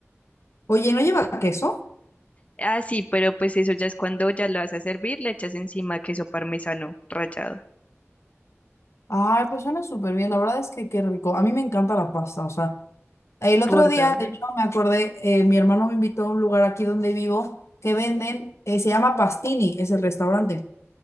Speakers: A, on the left; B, on the left.
A: Oye, ¿no lleva queso?
B: Ah, sí, pero pues eso ya es cuando ya lo vas a servir, le echas encima queso parmesano rallado.
A: Ay, pues suena súper bien, la verdad es que qué rico, a mí me encanta la pasta, o sea. El otro
B: Por
A: día,
B: dos.
A: de hecho, me acordé, eh, mi hermano me invitó a un lugar aquí donde vivo que venden, eh, se llama Pastini, es el restaurante,